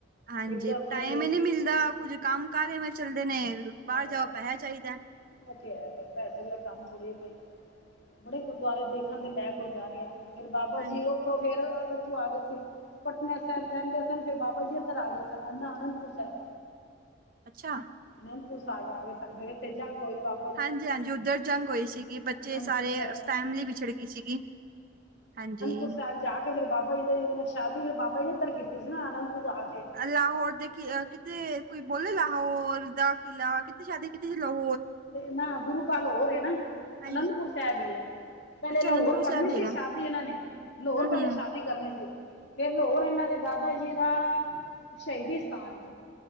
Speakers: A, on the right; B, on the left.
A: ਹਾਂਜੀ
B: ਇੱਕ ਉੱਥੇ
A: ਟਾਈਮ ਈ ਨੀ ਮਿਲਦਾ ਕੁੱਝ ਕੰਮ ਕਾਰ ਏਵੇਂ ਚੱਲਦੇ ਨੇ। ਬਾਹਰ
B: ਹਾਂ
A: ਜਾਓ
B: ਬੱਸ
A: ਪੈਸਾ ਚਾਹੀਦਾ
B: ਓ ਤੇ ਹੈ ਪੈਸੇ ਬਿਨਾ ਕੰਮ ਥੋੜੀ ਐ ਕੋਈ। ਬੜੇ ਗੁਰਦੁਆਰੇ ਦੇਖਣ ਦੇ ਲੈ ਗੁਰਦੁਆਰੇ ਆ ਫੇਰ ਬਾਬਾ
A: ਹਾਂਜੀ
B: ਜੀ ਓਥੋਂ। ਫੇਰ ਓਥੋਂ ਆ ਗਏ ਸੀ। ਪਟਨਾ ਸਾਹਿਬ ਰਹਿੰਦੇ ਸਨ ਫਿਰ ਬਾਬਾ ਜੀ ਏਧਰ ਆ ਗਏ ਸਨ ਆਨੰਦਪੁਰ ਸਾਹਿਬ।
A: ਅੱਛਾ।
B: ਅਨੰਦਪੁਰ ਸਾਹਿਬ ਆ ਗਏ ਸਨ ਤੇ ਫੇਰ ਏਥੇ ਜੰਗ ਹੋਈ ਵਾ।
A: ਹਾਂਜੀ, ਹਾਂਜੀ ਉਧਰ ਜੰਗ ਹੋਈ ਸੀਗੀ ਬੱਚੇ
B: ਅਨੰਦਪੁਰ
A: ਸਾਰੇ
B: ਸਾਹਿਬ
A: ਫੈਮਲੀ ਵਿਛੜ ਗਈ ਸੀਗੀ। ਹਾਂਜੀ।
B: ਕੁਝ ਸਾਲ ਜਾ ਕੇ ਫਿਰ ਬਾਬਾ ਜੀ ਸ਼ਾਦੀ ਫਿਰ ਬਾਬਾ ਜ ਨੇ ਇੱਧਰ ਕੀਤੀ ਸੀ ਨਾ ਅਨੰਦਪੁਰ ਆ ਕੇ।
A: ਲਾਹੌਰ ਦੇ ਕੀ ਕਿਤੇ ਕੋਈ ਬੋਲੇਗਾ ਲਾਹੌਰ ਦਾ ਕਿਲਾ ਕਿਤੇ ਕਿੱਥੇ ਸ਼ਾਦੀ ਕੀਤੀ ਸੀ ਲਾਹੌਰ।
B: ਨਾ ਗੁਰੂ ਘਰ ਲਾਹੋਰ ਹੈ ਨਾ
A: ਹਾਂਜੀ
B: ਅਨੰਦਪੁਰ ਸਾਹਿਬ ਹੀ ਹੈ। ਪਹਿਲੇ
A: ਅੱਛਾ
B: ਲਾਹੌਰ
A: ਅਨੰਦਪੁਰ
B: ਕਰਨੀ
A: ਸਾਹਿਬ ਵੀ
B: ਸੀ
A: ਹੈਗਾ
B: ਸ਼ਾਦੀ ਇਹਨਾਂ ਨੇ ਲਾਹੌਰ
A: ਹੂੰ
B: ਪਹਿਲੇ
A: ਹੂੰ
B: ਸ਼ਾਦੀ। ਸ਼ਾਦੀ ਕਰਨੀ ਸੀ ਫੇਰ ਹੋਰ ਏਨਾਂ ਦੇ ਦਾਦਾ ਜੀ ਦਾ। ਸ਼ਹੀਦੀ ਸਥਾਨ ਏ।